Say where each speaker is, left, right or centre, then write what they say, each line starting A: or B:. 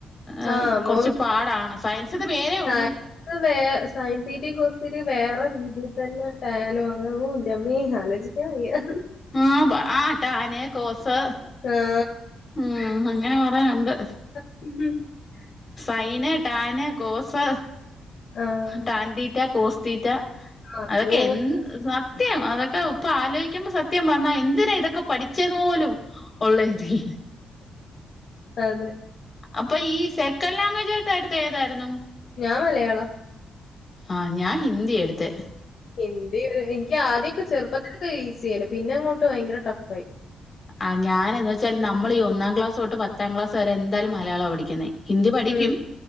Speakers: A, on the left; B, on the left.
A: ഏഹ്
B: ആഹ് അപ്പൊ
A: കൊറച്ച് പാടാണ് സയൻസ്ത് പേരേ
B: സയൻസ്
A: ഉള്ളു.
B: വേ <unintelligible> വേറെ ണ്ട് <unintelligible> ട്ടാനോ <unintelligible> ഇന്റെ ഇമ്മേ ആലോചിക്കാൻ വയ്യ
A: ആഹ് ബാ ട്ടാൻ കോസ്
B: ആഹ്
A: ഉം അങ്ങനെ കൊറേ ഉണ്ട്
B: ഉം
A: സൈന് ടാന് കോസ്
B: ആഹ്
A: ടാൻടീറ്റ കോസ്റ്റീറ്റ
B: അപ്പോ
A: അതൊക്കെ എന്ത് സത്യം അതൊക്കെ ഇപ്പ ആലോചിക്കുമ്പോ സത്യം പറഞ്ഞാ എന്തിന ഇതൊക്കെ പഠിച്ചത് പോലും ഒള്ള ഇതില്ല
B: അതെ
A: അപ്പൊ ഈ സെക്കൻഡ് ലാംഗ്വേജ് ആയിട്ട് എടുത്ത ഏതായിരുന്നു
B: ഞാൻ മലയാളം
A: ആഹ് ഞാൻ ഹിന്ദി എടുത്ത
B: ഹിന്ദി ഒരു എനിക്ക് ആദ്യക്കെ ചെറുപ്പത്തിലൊക്കെ ഈസിയാണ് പിന്നെ അങ്ങോട്ട് ഭയങ്കര ടഫ് ആയി
A: ആ ഞാാന എാ വെച്ചാല് നമ്മൾ ഈ ഒന്നാം ക്ലാസ് തൊട്ട് പത്താം ക്ലാസ് വരെ എന്തായാലും മലയാളം പഠിക്കുന്നെ ഹിന്ദി പഠിക്കും
B: ഉം